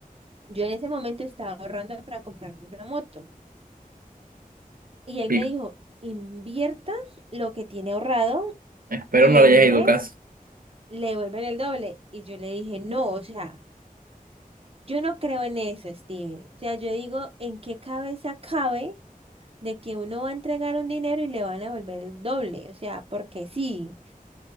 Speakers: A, on the right; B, on the right.
A: Yo en ese momento estaba ahorrando para comprarme una moto. Y él
B: Sí,
A: me dijo, invierta lo que tiene ahorrado
B: espero
A: y
B: no
A: en
B: le
A: un
B: haya ido
A: mes
B: caso.
A: le devuelven el doble. Y yo le dije, no, o sea, yo no creo en eso, Steven. O sea, yo digo, ¿en qué cabeza cabe de que uno va a entregar un dinero y le van a devolver el doble? O sea, porque sí,